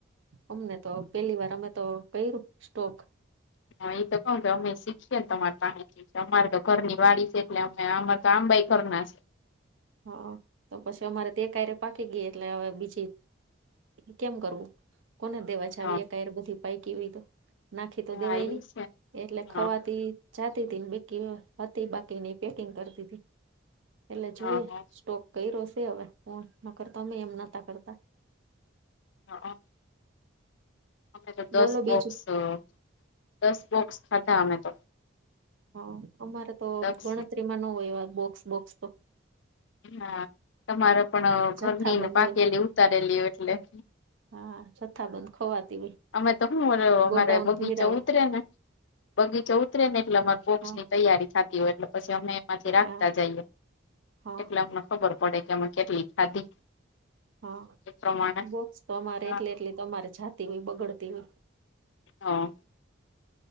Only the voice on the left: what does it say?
હા, એ તો કહું કે અમે શીખીએ ને તમારે પાહેથી અમારે તો ઘરની વાડી
સે એટલે હા, અમાર તો આંબાઈ ઘરના છે
હા
હા
ઈ
છે
હા
હા હા
હકઅ અમે તો દસ
બોક્સ,
અ દસ બોક્સ ખાધા અમે તો
દસ
હા, તમારે પણ
ઘરનીને
પાકેલી
ઉતારેલી એટલે
અમે તો હું અમારે
બગીચા
ઉતરે ને બગીચે ઉતરે ને એટલે અમાર બોક્સની
તૈયારી થાતી એટલે પછી અમે એમાંથી રાખતા
જાઈએ
એટલે અમને ખબર પડે કે આમા કેટલી ખાધી
એ પ્રમાણે
હા
હા